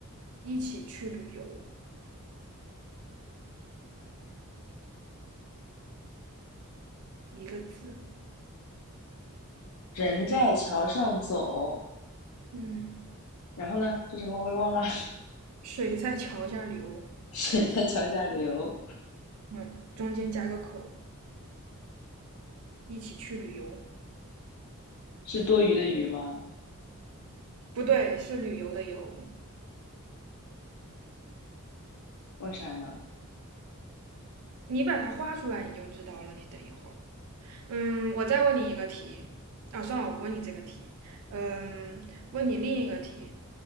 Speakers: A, on the right; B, on the left.
A: 一起去旅游。一个字。
B: 人在桥上走，
A: 嗯，
B: 然后呢是什么？我也忘了。<laughs>
A: 水在桥下流，
B: 水在桥下流，
A: 嗯，中间加个口，一起去旅游。
B: 是多余的鱼吗？
A: 不对，是旅游的游。
B: 为啥呢？
A: 你把它画出来，你就知道了。你等一会儿。嗯，我再问你一个题。啊，算了，我不问你这个题。嗯，问你另一个题。